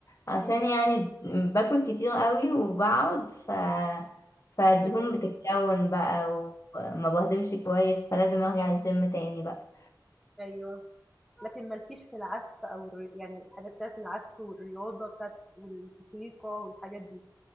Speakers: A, on the left; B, in the centre.
A: عشان
B: إمم،
A: يعني باكل كتير قوي وبقعد ف فالدهون
B: الدنيا بت
A: بتتكون بقى وما بهضمش كويس فلازم ارجع الجيم تاني بقى
B: أيوه، لكن ما لكيش في العزف أو الر يعني الحاجات بتاعة العزف والرياضة بتاعة والموسيقى والحاجات دي،